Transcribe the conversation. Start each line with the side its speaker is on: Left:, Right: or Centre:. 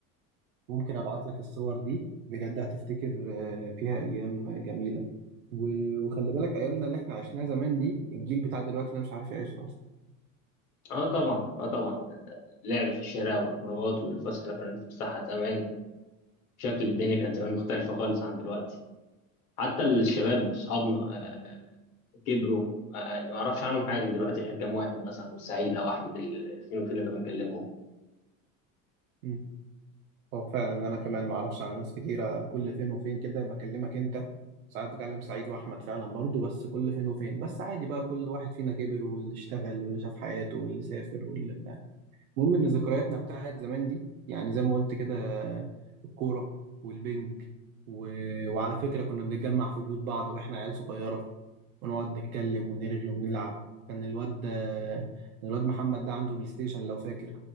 Right: ممكن ابعت لك الصور دي بجد هتفتكر آه، فيها ايام جميله و... وخلي بالك ايامنا اللي احنا عشناها زمان دي الجيل بتاع دلوقتي ده مش عارف يعيشها اصلا
Left: اه طبعا اه طبعا اللعب في الشارع والخروجات والفسحه اللي كنا بنتفسحها زمان شكل الدنيا كانت زمان مختلفه خالص عن دلوقتي حتى الشباب اصحابنا آه كبروا آه يعني ما اعرفش عنهم حاجه دلوقتي غير كام واحد مثلا من سعيد او احمد ال- فين وفين لما بنكلمهم
Right: مم. هو فعلا انا كمان ما اعرفش عن ناس كتيره كل فين وفين كده بكلمك انت ساعات بكلم سعيد واحمد فعلا برضو بس كل فين وفين بس عادي بقى كل واحد فينا كبر واللي اشتغل واللي شاف حياته واللي سافر واللي بتاع المهم ان ذكرياتنا بتاعت زمان دي يعني زي ما قلت كده الكوره والبنج و... وعلى فكره كنا بنتجمع في بيوت بعض واحنا عيال صغيره ونقعد نتكلم ونرغي ونلعب كان الواد ده- الواد محمد ده عنده بلاي ستيشن لو فاكر